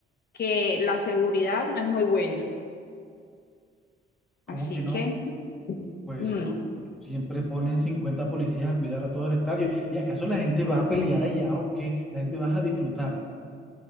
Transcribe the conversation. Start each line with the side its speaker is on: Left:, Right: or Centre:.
Left: que la seguridad no es muy buena.
Centre: ¿Cómo
Left: Así
Centre: que
Left: que
Centre: no? Pues
Left: no,
Centre: siempre ponen 50 policías a cuidar a todo el estadio. ¿Y acaso la gente va a pelear allá o qué? ¿La gente va a disfrutar?